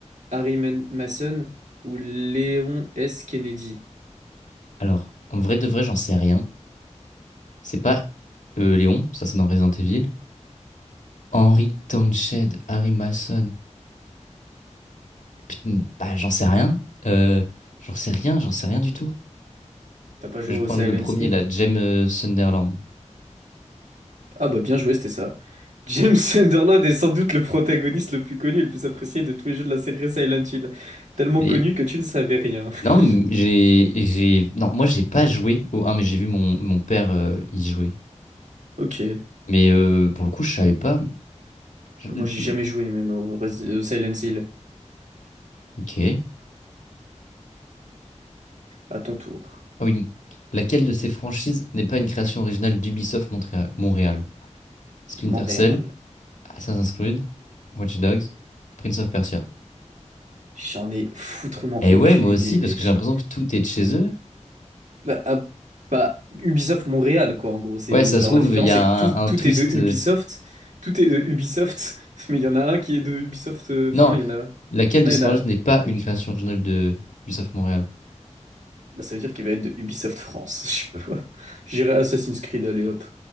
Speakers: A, on the right; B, on the left.
A: Harry Man- Mason ou Léon S. Kennedy.
B: Alors, en vrai de vrai, j'en sais rien. C'est pas euh, Léon, ça c'est dans Resident Evil. Henry Townsend, Harry Mason. Putain, bah, j'en sais rien. Euh, j'en sais rien, j'en sais rien du tout.
A: T'as pas joué
B: Je vais prendre
A: au Silent
B: le premier,
A: Hill?
B: la
A: toi
B: James euh, Sunderland.
A: Ah bah bien joué, c'était ça. James <laughs> Sunderland est sans doute le protagoniste le plus connu et le plus apprécié de tous les jeux de la série Silent Hill. Tellement
B: Mais
A: connu que tu ne savais rien.
B: Non,
A: <laughs>
B: m- j'ai, j'ai, non, moi j'ai pas joué au 1, mais j'ai vu mon, mon père euh, y jouer.
A: Ok,
B: Mais euh, pour le coup, je savais pas. Je-
A: moi
B: le-
A: j'ai
B: le-
A: jamais joué même au Res- au Silent Hill.
B: Ok.
A: À ton tour,
B: Ah oui. Laquelle de ces franchises n'est pas une création originale d'Ubisoft Montréal, Montréal? Splinter
A: Montréal.
B: Cell, Assassin's Creed, Watch Dogs, Prince of Persia.
A: J'en ai foutrement
B: Eh
A: aucune
B: ouais, moi
A: idée,
B: aussi,
A: mec.
B: parce que j'ai l'impression que tout est de chez eux.
A: Bah, à- bah, Ubisoft Montréal, quoi, en gros. C'est
B: Ouais, ça
A: genre
B: se trouve,
A: la différence,
B: il y a
A: c'est que
B: un,
A: tout, tout
B: un twist.
A: est de Ubisoft.
B: euh.
A: Tout est de Ubisoft, <laughs> mais il y en a un qui est de Ubisoft. euh, Enfin,
B: Non,
A: non, il y en a.
B: laquelle
A: Non,
B: de ces
A: il y en
B: franchises
A: a.
B: n'est pas une création originale de Ubisoft Montréal?
A: Bah, ça veut dire qu'il va être de Ubisoft France. <laughs> Je sais pas quoi. J'irai Assassin's Creed, allez hop.